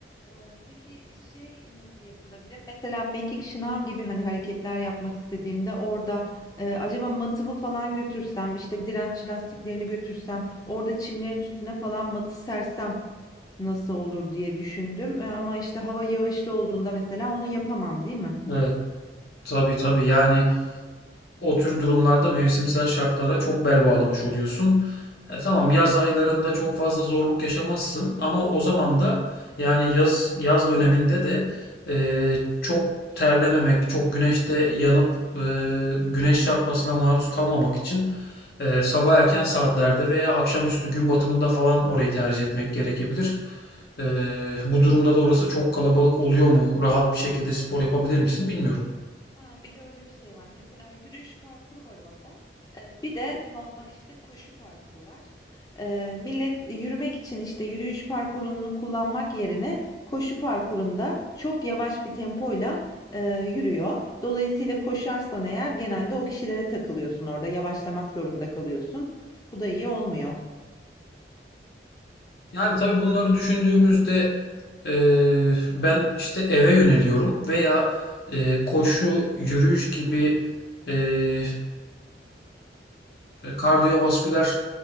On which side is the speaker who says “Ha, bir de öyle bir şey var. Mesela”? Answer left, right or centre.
Left